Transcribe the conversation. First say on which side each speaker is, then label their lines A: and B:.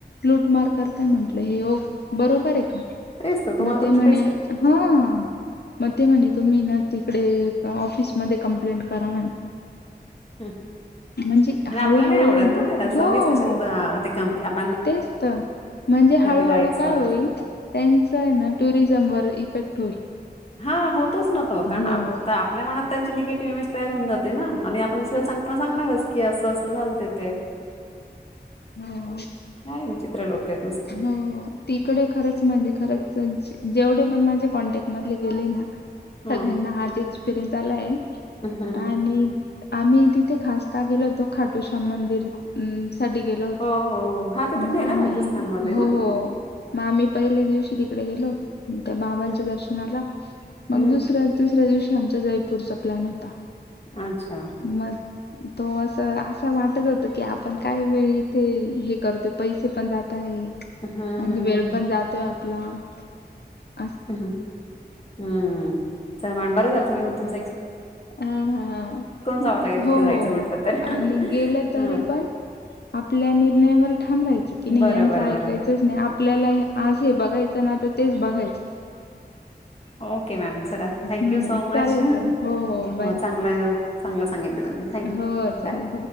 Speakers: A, on the left (about 70°); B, on the left (about 35°).
A: लूटमार करताय, म्हटलं हे हो बरोबर आहे का?
B: तेच तर, तुम्हाला
A: मग ते
B: तुमच्या
A: हा. मग? ते म्हणे
B: हं,
A: तुम्ही नंतर तिकडे ऑफिस मध्ये कमप्लेंट करा म्हणे.
B: ह
A: म्हणजे
B: आणि
A: हळूहळू
B: आपल्याला नाही आवडत
A: आहे
B: ना, ते अस
A: हो
B: उगीच कशाला?
A: हो
B: कम आप
A: तेच तर, म्हणजे हळूहळू
B: जायचं.
A: काय होईल. त्यांच ना टुरिझम वर इफेक्ट <inaudible>
B: हा होतोच ना, तो कारण
A: हो
B: आपल्या मनात त्यांची निगेटिव्ह इमेज तयार होऊन जाते. ना आणि आपण दुसर सांगता सांगणारच की असं. झालं तिथे
A: हो.
B: काय विचित्र लोकं आहेत नुसते.
A: हो तिकडे खरंच, म्हणजे खरंच. जेवढे पण, माझ्या कॉन्टॅक्ट मधले गेले. ना
B: हां.
A: सगळ्यांना हा च एक्सपिरियन्स. झालंय.
B: हं, हं, हं.
A: आणि आम्ही तिथे खास का, गेलो होतो खाटूशाम मंदिर साठी गेलो होतो
B: हो हो हो हा तर, तिथे
A: मग
B: आहे
A: आम्ही
B: ना? राजस्थान मध्ये.
A: हो.. हो म आम्ही पहिल्या दिवशी तिकडे गेलो होतो. त्या बाबांच्या
B: हं,
A: दर्शनाला, मग
B: हं.
A: दुसऱ्या आनी तिसऱ्या दिवशी आमचा जयपूर चा प्लॅन होता.
B: अच्छा.
A: मग तो असं, असं वाटत होत की, आपण काय वेळी इथे हे करतोय, पैसे पण जात नाही
B: हम्म
A: आणि
B: हम्म हम्म
A: वेळ पण जातोय. आप <inaudible> <unintelligible>
B: ह हम्म च मॅडम बर झाल तुम्ही मग तुमच
A: ह ह ह
B: जावं लागेल तिथे
A: हो
B: जायचं
A: हो
B: म्हटलं तर
A: आणि गेलं तरी
B: हा
A: पण आपल्या निर्णयावर ठाम राहायचं, की नाही
B: बरोबर
A: यांचं ऐकायचच
B: बरोबर
A: नाही, आपल्याला आज हे बघायचं ना तर तेच बघायचं.
B: Okay ma'am. चला थँक्यू
A: हम्म
B: सो मच.
A: चालेल चालेल हो हो बाय
B: चांगलं, चांगलं सांगितलं तुम्ही. थँक्यू
A: हो चालेल
B: बाय.